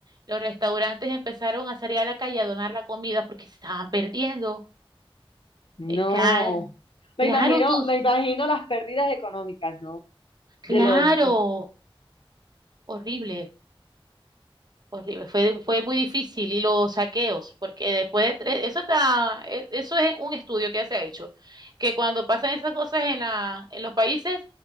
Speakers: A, on the right; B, on the left.
A: los restaurantes empezaron a salir a la calle a donar la comida porque se estaban perdiendo.
B: No.
A: Eh, ca-
B: Me
A: Claro,
B: imagino,
A: tú,
B: me imagino las pérdidas económicas, ¿no?
A: claro,
B: De los,
A: horrible. Horrible, fue, fue muy difícil y los saqueos, porque después de tres, eso está, e- eso es un estudio que se ha hecho, que cuando pasan esas cosas en la, en los países